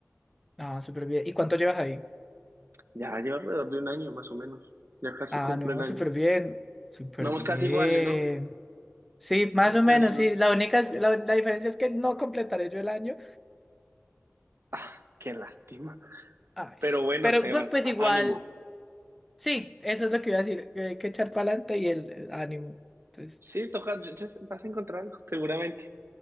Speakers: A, in the centre; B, on the right.
A: ah, súper bien. ¿Y cuánto llevas ahí?
B: Ya lleva alrededor de un año más o menos. Ya casi
A: Ah,
B: cumple
A: no,
B: el año.
A: súper bien. Súper
B: Vamos
A: bien.
B: casi iguales, ¿no?
A: Sí, más
B: Vamos
A: o
B: casi
A: menos,
B: iguales.
A: sí. La única, es- la, la diferencia es que no completaré yo el año.
B: Ah, qué lástima.
A: Ay,
B: Pero
A: sí.
B: bueno,
A: Pero
B: Sebas,
A: pu- pues
B: á-
A: igual.
B: ánimo.
A: Sí, eso es lo que iba a decir, que hay que echar para adelante y el el ánimo. Entonces,
B: Sí, toca, ya- ya vas a encontrar algo, seguramente.